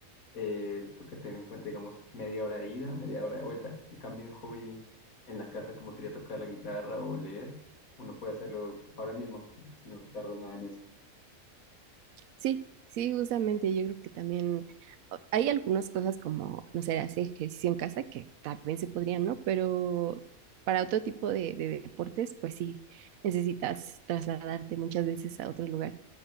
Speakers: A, on the left (about 75°); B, on the right (about 75°).
A: eh, toca tener en cuenta, digamos, media hora de ida, media hora de vuelta. En cambio, un hobby en la casa, como sería tocar la guitarra o leer, uno puede hacerlo ahora mismo y no te tardas nada en eso.
B: Sí, sí, justamente yo creo que también o- hay algunas cosas como, no sé, hacer ejercicio en casa que también se podrían, ¿no? Pero para otro tipo de, de deportes, pues sí, necesitas trasladarte muchas veces a otro lugar.